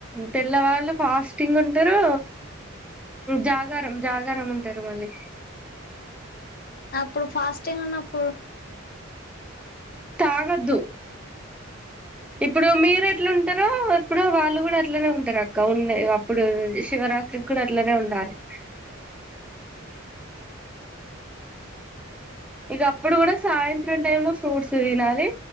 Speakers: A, in the centre; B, on the left (about 45°).
A: తెల్లవాళ్ళు ఫాస్టింగ్ ఉంటరు జాగరం జాగరం ఉంటారు మళ్ళీ
B: అప్పుడు ఫాస్టింగ్ ఉన్నప్
A: తాగద్దు ఇప్పుడు మీరు ఎట్లా ఉ తరో ఎప్పుడో వాళ్ళు కూడా అట్లనే ఉంటారక్క ఉన్నాయి ఇగ అప్పుడు శివరాత్రికి కూడా అట్లనే ఉండాలి అ
B: ఆహా
A: ఇగ అప్పుడు కూడా సాయంత్రం టైం లో ఫ్రూట్స్ దినాలి